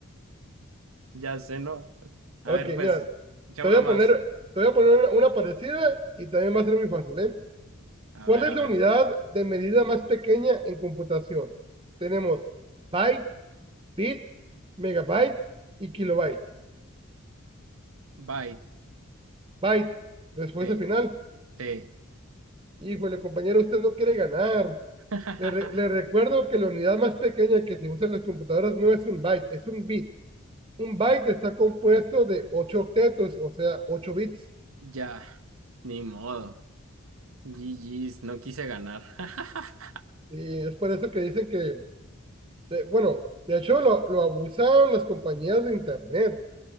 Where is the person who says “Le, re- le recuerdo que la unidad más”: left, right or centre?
Right